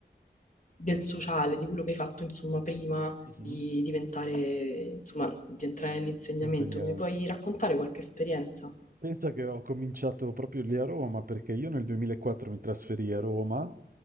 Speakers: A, on the left; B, on the right.
A: del sociale, di quello che hai fatto, insomma, prima
B: Mhm.
A: di diventare, insomma, di entrare nell'insegnamento.
B: insegnante.
A: Mi puoi raccontare qualche esperienza?
B: Pensa che ho cominciato proprio lì a Roma, perché io nel 2004 mi trasferii a Roma,